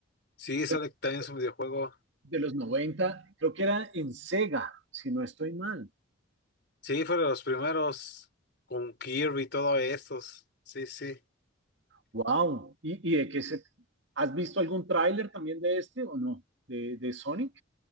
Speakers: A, on the left; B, on the right.
A: Sí,
B: De,
A: Sonic también es un videojuego.
B: de los 90 creo que era en Sega, si no estoy mal.
A: Sí, fueron los primeros con Kirby y todo estos. Sí, sí.
B: Wow. ¿Y, y de qué se... ¿Has visto algún tráiler también de este o no? De, de Sonic.